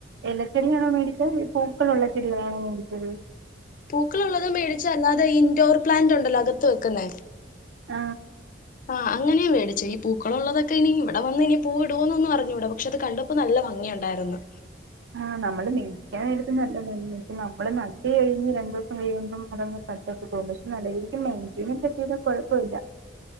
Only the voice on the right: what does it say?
എല ചെടിയാണോ മേടി പൂക്കളൊള്ള ചെടികളാണോ മേടിച്ചത്?
ആ
ആ നമ്മള് മേിക്കാൻ നേരത്ത് നല്ലഭംഗിയ ഷെ നമ്മള് നട്ട് കഴിഞ്ഞ് രണ്ടുസം കഴിയുമ്പം അതങ്ങ് തട്ടൊക്കെ പോം പഷെ നല്ല രീതിക്ക് മെയിൻറ്റെനൊക്കെ ചെയ്ത കൊഴപ്പമില്ല.